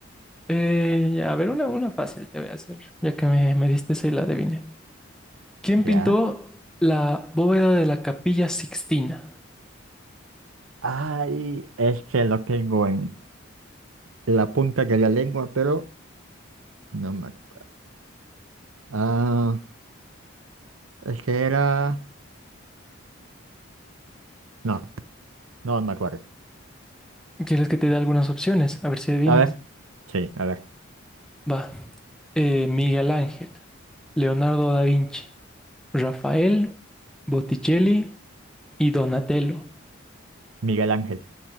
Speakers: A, in the centre; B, on the right.
A: Eh, ya, a ver, una, una fácil te voy a hacer, ya que me, me diste esa y la adiviné. ¿Quién pintó
B: Ya.
A: la bóveda de la Capilla Sixtina?
B: Ay, es que lo tengo en la punta de la lengua, pero no me acuerdo. Ah, es que era. no. No, no me acuerdo.
A: ¿Quieres que te dé algunas opciones? A ver si adivinas.
B: A ver, sí, a ver.
A: Va. Eh, Miguel Ángel, Leonardo da Vinci, Rafael, Botticelli y Donatello.
B: Miguel Ángel.